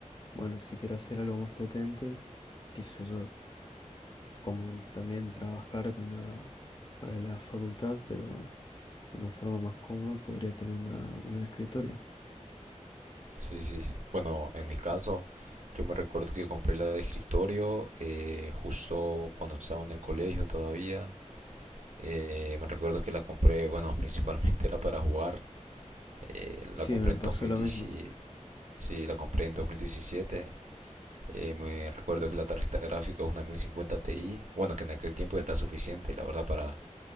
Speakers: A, on the left; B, on the right.
A: bueno, si quiero hacer algo más potente, qué sé yo, como también trabajar con la, para la facultad, pero de una forma más cómoda podría tener una, una de escritorio.
B: sí, sí. Bueno, en mi caso, yo me recuerdo que compré la de escritorio eh, justo cuando estaba en el colegio todavía. Eh, me recuerdo que la compré, bueno, principalmente <laughs> era para jugar. Eh,
A: Sí,
B: la compré
A: me
B: en
A: pasó
B: 2010,
A: lo mismo.
B: sí, la compré en 2017 Eh, me recuerdo que la tarjeta gráfica es una 1050 Ti, bueno, que en aquel tiempo era suficiente, la verdad, para